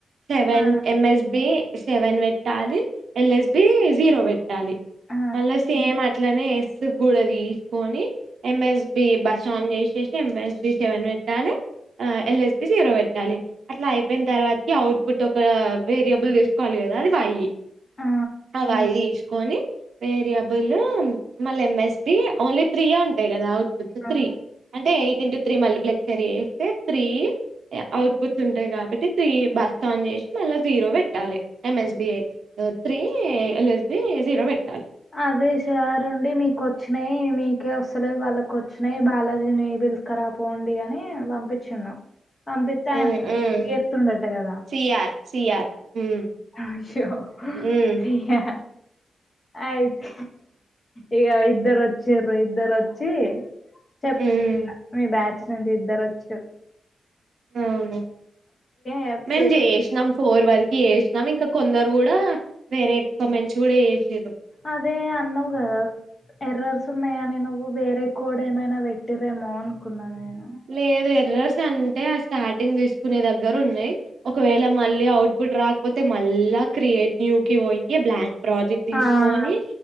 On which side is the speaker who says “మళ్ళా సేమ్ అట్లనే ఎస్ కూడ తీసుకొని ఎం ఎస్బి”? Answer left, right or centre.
Right